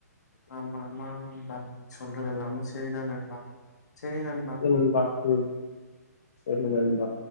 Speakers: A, on the left (about 75°); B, on the left (about 50°).
A: ஆமா ஆமா நண்பா சொல்றதுயெல்லாமே செரிதா நண்பா செரி நண்
B: செரி நண்பா ம் செரி நண்பா